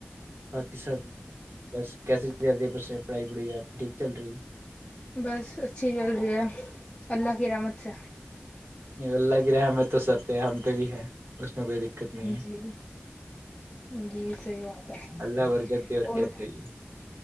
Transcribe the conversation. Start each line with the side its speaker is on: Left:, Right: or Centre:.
Right: باقی سب بس کیسےزد پر سے پڑھائی پڑھائی آپ ی چل رہی ہے
Left: بس اچھی چل رہی ہے اللہ کی رحمت سے
Right: نہیں اللہ کی رحمت تو سبتے ہم پہ بھی ہے اس میں کوئی دقت نہیں ہے
Left: جی جی صحیح بات ہے
Right: اللہ برگت دیور
Left: اور
Right: کیا چیے